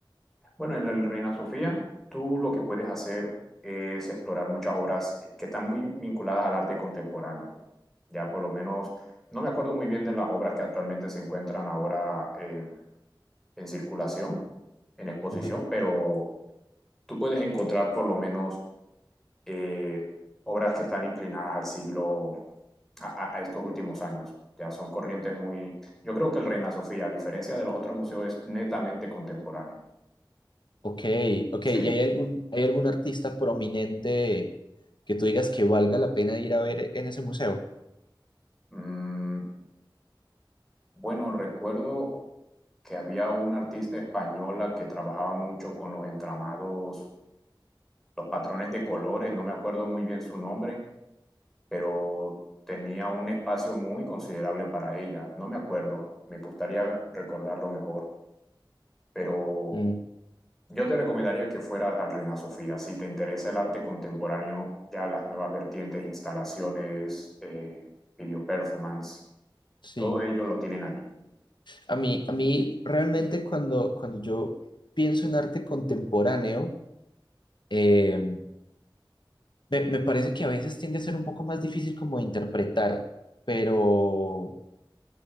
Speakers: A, in the centre; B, on the left (about 65°).
A: Bueno, en el Reina Sofía, tú lo que puedes hacer es explorar muchas obras que están muy vinculadas al arte contemporáneo. Ya por lo menos, no me acuerdo muy bien de las obras que actualmente se encuentran ahora eh, en circulación, en exposición,
B: Ok.
A: pero tú puedes encontrar por lo menos eh, obras que están inclinadas al siglo, a, a- a estos últimos años. Ya son corrientes muy... Yo creo que el Reina Sofía, a diferencia de los otros museos, es netamente contemporáneo.
B: Ok, ok.
A: Sí.
B: ¿Y hay algún, hay algún artista prominente que tú digas que valga la pena ir a ver en ese museo?
A: Mm, Bueno, recuerdo que había una artista española que trabajaba mucho con los entramados, los patrones de colores, no me acuerdo muy bien su nombre, pero tenía un espacio muy considerable para ella. No me acuerdo, me gustaría recordarlo mejor, pero
B: Mm,
A: yo te recomendaría que fueras al Reina Sofía. Si te interesa el arte contemporáneo, ya las nuevas vertientes, instalaciones, eh, video performance,
B: sí.
A: todo ello lo tienen allí.
B: A mí, a mí realmente cuando, cuando yo pienso en arte contemporáneo, em, Me, me parece que a veces tiende a ser un poco más difícil como de interpretar, pero,